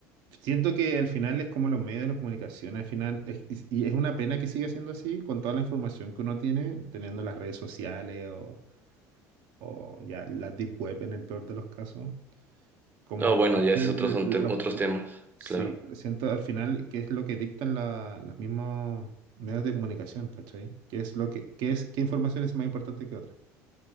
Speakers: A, on the right; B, on the right.
A: Siento que al final es como los medios de la comunicación, al final, es- es- y es una pena que siga siendo así con toda la información que uno tiene, teniendo las redes sociales o, o ya la deep web en el peor de los casos. Como
B: No,
A: al
B: bueno,
A: final
B: ya esos otros son
A: eh, los
B: tem- otros temas, claro.
A: Sí, lo siento al final, que es lo que dictan la- los mismos medios de comunicación, ¿cachai? ¿Qué es lo que, qué es, qué información es más importante que otra?